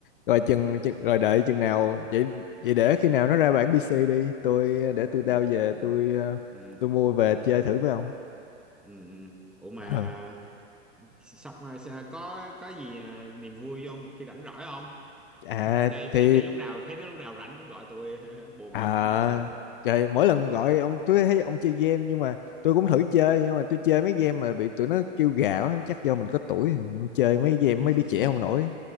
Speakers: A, on the left; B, in the centre.
A: rồi chừng, chừng rồi đợi chừng nào vậy vậy để khi nào nó ra bản PC đi tôi để
B: ừ,
A: tôi đao về
B: ừ,
A: tôi ờ,
B: ừ,
A: tôi mua về chơi thử với ông
B: ừ. ừ. Ủa mà
A: Ờ.
B: sọc mà sao- có có gì à, niềm vui không một khi rảnh rỗi không
A: à
B: <laughs> thấy
A: thì
B: thấy thấy lúc nào thấy nó lúc nào rảnh cũng gọi tôi <laughs> buồn
A: à
B: hả không gì làm à
A: trời mỗi lần gọi ông tôi thấy ông chơi game nhưng mà tôi cũng thử chơi nhưng mà tôi chơi mấy game mà bị tụi nó kêu gào á, chắc do mình có tuổi chơi mấy game mấy
B: <laughs>
A: đứa trẻ không nổi